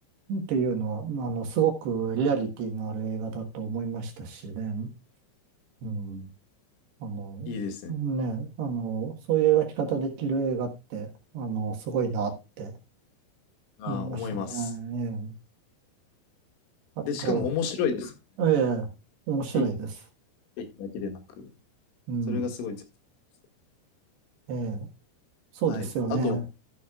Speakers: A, on the right (about 65°); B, on the left (about 80°).
A: っていうのは、まああの、すごくリアリティのある映画だと思いましたしね。うん。あの、
B: いいですね。
A: ね、あの、そういう描き方できる映画って、あの、すごいなって
B: ああ、
A: 思いましたね。
B: 思います。
A: ええあと、
B: で、しかも面白いです。
A: ええ、面白いです。
B: えだけでなく、
A: うん。
B: それがすごい絶妙です。
A: ええ、そうですよね。
B: はい。あと、